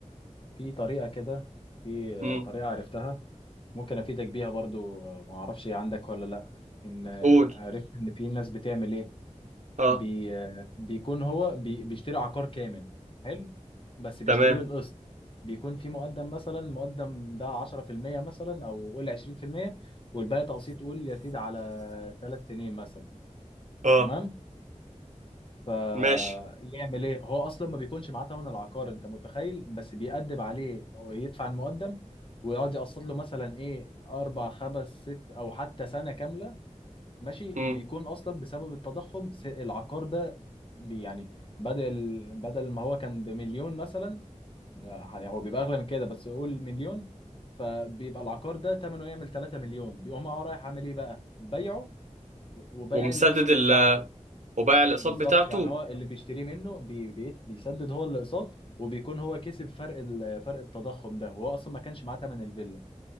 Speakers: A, on the left (about 45°); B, on the right (about 70°).
A: في طريقه كده في
B: مم.
A: طريقه عرفتها ممكن افيدك بيها برضو آه، ما اعرفش هي عندك ولا لا ان آه،
B: قول
A: عرفت ان في ناس بتعمل ايه
B: اه
A: بي آه، بيكون هو بي بيشتري عقار كامل حلو بس بيشتريه
B: تمام
A: بالقسط بيكون في مقدم مثلا المقدم ده 10% مثلا او قول 20% والباقي تقسيط قول يا سيدي على ثلاث سنين مثلا
B: اه
A: تمام فيعمل
B: ماشي
A: ايه هو اصلا ما بيكونش معاه تمن العقار انت متخيل بس بيأدب عليه ويدفع المقدم ويقعد يقسط له مثلا ايه اربع خمس ست او حتى سنه كامله ماشي
B: مم.
A: بيكون اصلا بسبب التضخم س- العقار ده بي- يعني بدل بدل ما هو كان بمليون مثلا آه، هو بيبقى اغلى من كده بس قول مليون فبيبقى العقار ده ثمنه يعمل 3 مليون بيقوم هو رايح عامل ايه بقى بيعه وبيع
B: ومسدد
A: الاقساط
B: ال
A: بتاعته
B: وباع
A: بالظبط
B: الأقساط بتاعته
A: يعني هو اللي بيشتريه منه بي بي بيسدد هو الاقساط وبيكون هو كسب فرق ال- فرق التضخم ده وهو اصلا ما كانش معاه ثمن الفيلا